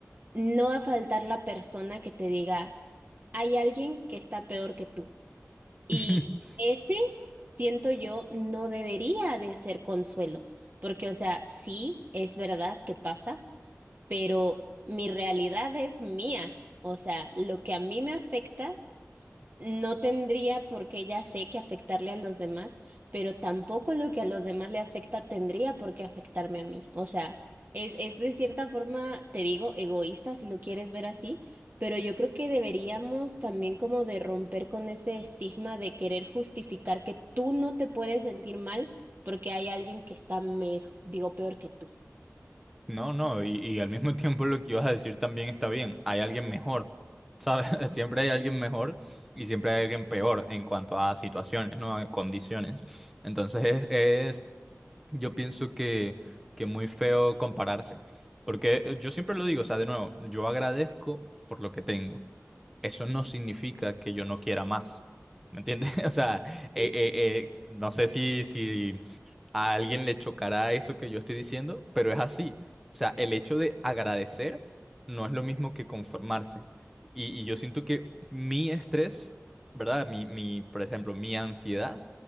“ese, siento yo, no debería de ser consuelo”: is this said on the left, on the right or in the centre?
Right